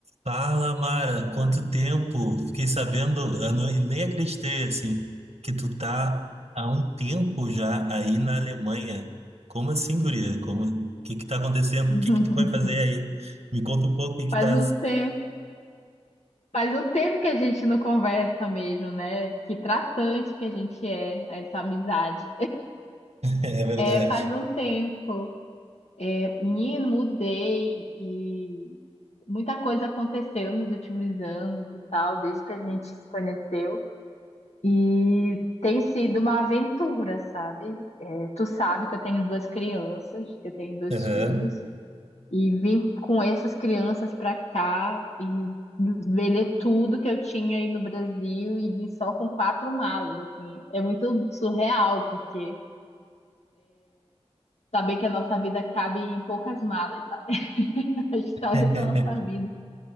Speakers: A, on the right; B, on the left.
A: Fala, Mara, quanto tempo? Fiquei sabendo, eu não- nem acreditei, assim, que tu tá há um tempo já aí na Alemanha. Como assim, guria? Como, o que que tá acontecendo?
B: <laughs>
A: O que que tu foi fazer aí? Me conta um pouco o que que
B: Faz
A: tá...
B: um tempo, faz um tempo que a gente não conversa mesmo, né? Que tratante que a gente é, essa amizade.
A: <laughs> É verdade.
B: É, faz um tempo. É, menino, mudei e muita coisa aconteceu nos últimos anos e tal, desde que a gente se conheceu. E tem sido uma aventura, sabe? É, tu sabe que eu tenho duas crianças, que eu tenho dois
A: Aham.
B: filhos. E vim com essas crianças para cá e vender tudo que eu tinha aí no Brasil e vim só com quatro malas, assim. É muito surreal, porque saber que a nossa vida cabe em poucas malas, sabe? <laughs> A história
A: <laughs>
B: da nossa vida.